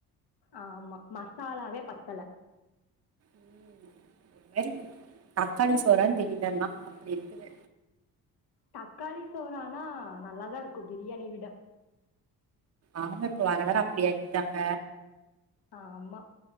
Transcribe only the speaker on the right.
ம், ஒரு மாரி தக்காளி சோறான் தெரிலங்ளா அப்பிடி இருக்குது
ஆமா இப்ப வர வர அப்டியாக்கிட்டாங்க